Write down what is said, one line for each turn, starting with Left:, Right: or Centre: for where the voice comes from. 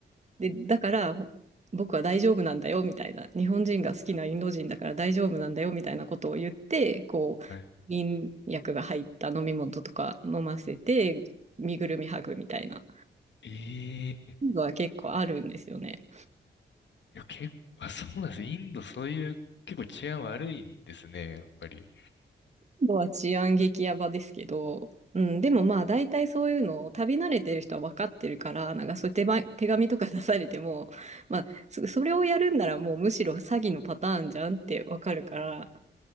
Right: で、だからほ僕は大丈夫なんだよみたいな、日本人が好きなインド人だから大丈夫なんだよみたいなことを言って、こう、
Left: はい。
Right: 眠薬が入った飲み物とか飲ませて、身ぐるみ剥ぐみたいな
Left: ええ
Right: インドは結構あるんですよね。
Left: いや、結構、あ、そうなんです。インドそういう結構治安悪いんですね、やっぱり。
Right: インドは治安激ヤバですけど、うん、でもまあ大体そういうのを旅慣れてる人は分かってるから、なんかそういう手前、手紙とか出されても、まあそ、それをやるんならもうむしろ詐欺のパターンじゃんって分かるから、